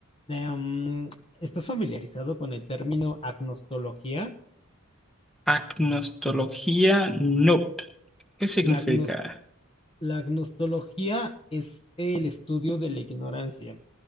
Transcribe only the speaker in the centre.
Agnostología, nope. ¿Qué significa?